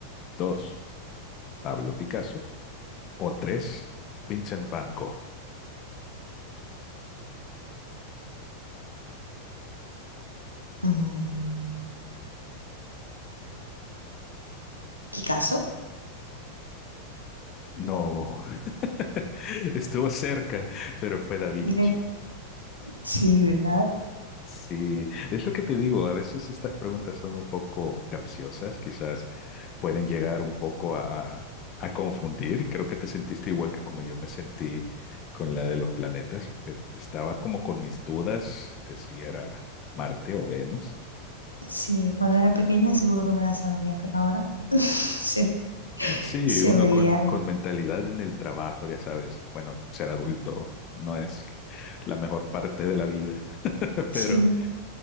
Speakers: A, on the left; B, on the left.
A: Dos, Pablo Picasso. O tres, Vincent Van Gogh.
B: Mm, ¿Qué caso?
A: No, <laughs> estuvo cerca, pero fue Da Vinci.
B: Mire, sí, ¿verdad?
A: Sí, es lo que te digo, a veces estas preguntas son un poco capciosas, quizás pueden llegar un poco a, a- a confundir y creo que te sentiste igual que como yo me sentí con la de los planetas, que estaba como con mis dudas de si era Marte o Venus,
B: Sí, cuando era pequeña seguro que me la sabría, pero ahora <laughs> se, me-
A: Sí,
B: se
A: uno
B: me
A: con,
B: liaron.
A: con mentalidad en el trabajo, ya sabes. Bueno, ser adulto no es la mejor parte de la vida, <laughs>
B: Sí,
A: pero,